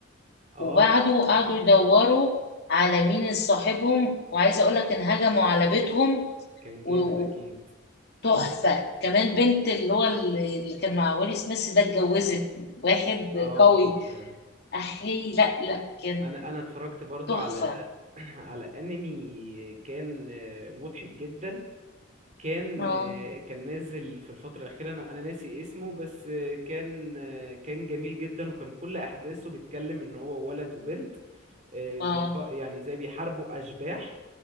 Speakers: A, on the right; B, on the left.
A: اه
B: وبعده
A: يعني
B: قعدوا يدوروا على مين صاحبهم وعايزة أقولك إن هجموا على بيتهم
A: كان
B: و-
A: جامد اكيد
B: و- تحفة كمان بنت اللي هو اللي اللي كان مع ويلي سميث ده اتجوزت واحد
A: اه
B: قوي
A: اه فاهم
B: أحي لا لا كان
A: انا انا اتفرجت برضو
B: تحفة
A: على <clears throat> على انمي كان آه، مضحك جدا كان
B: اه
A: آه، كان نازل في الفترة الأخيرة أنا أنا ناسي اسمه بس آه، كان آه، كان جميل جدا وكان كل أحداثه بيتكلم إن هو ولد وبنت آه، بيف...
B: اه
A: يعني زي بيحاربوا اشباح